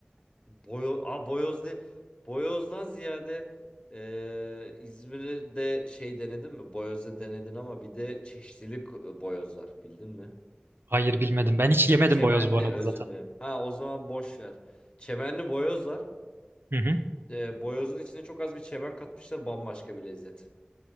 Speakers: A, on the left; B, on the right.
A: Boyo aa, Boyoz de Boyoz'dan ziyade ee, İzmir'de şey denedin mi? Boyoz'da denedin ama bir de çeşitlilik boyozlar bildin mi?
B: Hayır bilmedim. Ben hiç yemedim
A: Çemenli
B: boyoz bu arada
A: özür
B: zaten.
A: dilerim. Ha o zaman boş ver. Çemenli boyozlar.
B: Hı hı.
A: E, boyozun içine çok az bir çemen katmışlar bambaşka bir lezzet.